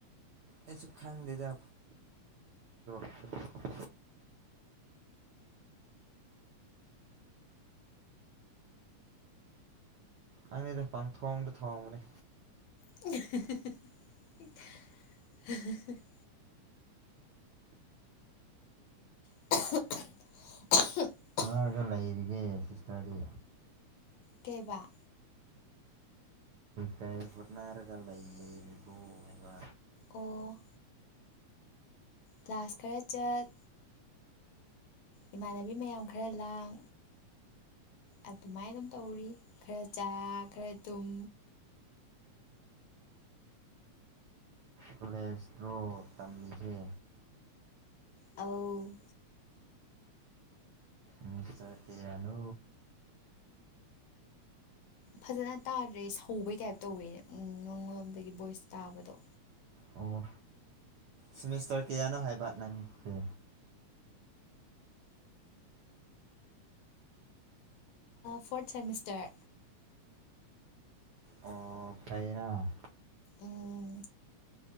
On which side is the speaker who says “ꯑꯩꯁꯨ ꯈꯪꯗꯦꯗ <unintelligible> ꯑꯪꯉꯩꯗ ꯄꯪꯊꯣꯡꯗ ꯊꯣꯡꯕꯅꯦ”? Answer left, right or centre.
Right